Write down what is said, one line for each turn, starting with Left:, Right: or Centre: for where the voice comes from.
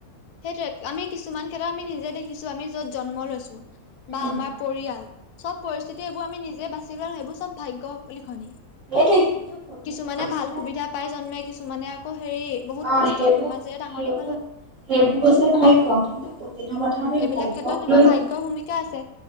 Left: সেইটোৱ আমি কিছুমান ক্ষেত্ৰ আমি নিজে দেখিছো আমি য'ত জন্ম লৈছো
Right: আৰু
Left: বা আমাৰ পৰিয়াল চব পৰিস্থিতি এইবোৰ আমি নিজে আ সেইবোৰ চব ভাগ্য লিখনি
Right: সেইটোৱে কিন্তু প্ৰতিটো
Left: কিছুমানে
Right: কথা
Left: ভাল
Right: যে
Left: সুবিধা পাই জন্মে কিছু মানে আকৌ হেৰি বহুত
Right: অ
Left: কষ্ট
Right: সেইবোৰ
Left: মাজেৰে ডাঙৰ
Right: সেইবোৰ
Left: দিঘ
Right: সেইবোৰ হৈছে ভাগ্য কিন্তু প্ৰতিটো কথা
Left: উম
Right: আমি
Left: এইবিলাক
Right: ভাগ্ৰ্ক
Left: ক্ষেত্ৰত তোমাৰ
Right: লৈ
Left: ভাগ্যৰ ভূমিকা আছে